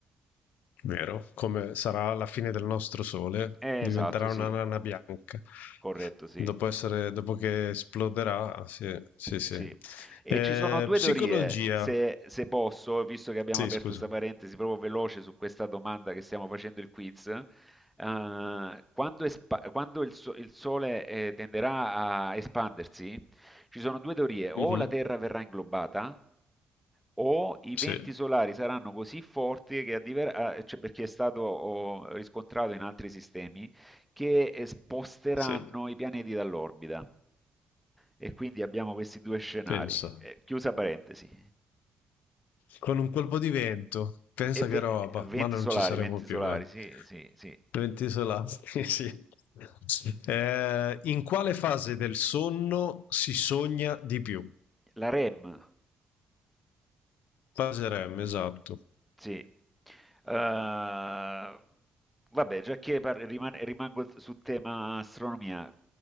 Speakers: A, on the left; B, in the centre.
A: vero, come sarà la fine del nostro sole,
B: Eh,
A: diventerà
B: Esatto, sì,
A: una nana bianca.
B: corretto, sì.
A: Dopo essere, dopo che esploderà, sì, sì, sì.
B: Sì, e
A: Eh,
B: ci sono 2
A: psicologia,
B: teorie, se se posso, visto che abbiamo
A: sì,
B: aperto
A: scusa.
B: 'sta parentesi proprio veloce su questa domanda che stiamo facendo il quiz, ehm, quando espa quando il so il Sole, ehm, tenderà a espandersi, ci sono 2 teorie: o
A: Mhm,
B: la Terra verrà inglobata o i
A: Sì,
B: venti solari saranno così forti che a diver- a- cioè, perché è stato oh, riscontrato in altri sistemi che eh, sposteranno
A: sì.
B: i pianeti dall'orbita. E quindi abbiamo questi due scenari.
A: Pensa,
B: Eh, chiusa parentesi.
A: con un colpo di vento, pensa
B: E ve-
A: che roba,
B: venti
A: ma noi
B: solari,
A: non ci saremo
B: venti
A: più,
B: solari,
A: dai.
B: sì, sì, sì.
A: Venti isolati, <laughs> sì. Eh, in quale fase del sonno si sogna di più?
B: La REM,
A: Fase REM, esatto.
B: Sì. Eh, vabbè, già che par- riman- rimango su tema astronomia,